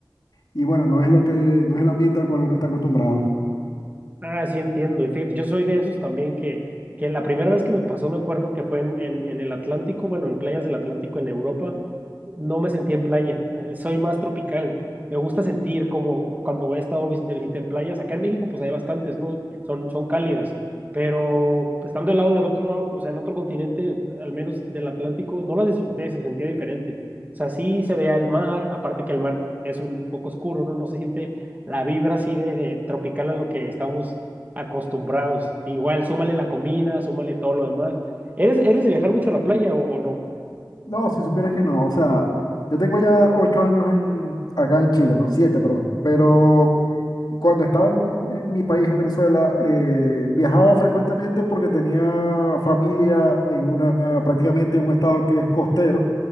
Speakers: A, on the left; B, on the right.
A: y bueno, no es lo que, no es el ambiente al cual uno está acostumbrado.
B: Ah, sí entiendo. Y fíjate, yo soy de esos también que, que la primera vez que me pasó, me acuerdo que fue en, en, en el Atlántico, bueno, en playas del Atlántico en Europa, no me sentí en playa, <laughs> soy más tropical. Me gusta sentir como cuando he estado vis- de visita en playas, acá en México pues hay bastantes, ¿no? Son, son cálidas, pero pues, estando del lado del otro lado, o sea, en otro continente, al menos del Atlántico, no las disfruté, se sentía diferente. O sea, sí se veía el mar, aparte que el mar es un poco oscuro, ¿no? No se siente la vibra así de, de tropical a lo que estamos acostumbrados. Igual, súmale la comida, súmale todo lo demás. ¿Eres, eres de viajar mucho a la playa o, o no?
A: No, si supieras que no, o sea, yo tengo ya ocho años en, acá en Chile, ¿no? Siete, perdón. Pero Cuando estaba en, en mi país, en Venezuela, eh, viajaba frecuentemente porque tenía familia en una, prácticamente en un estado que es costero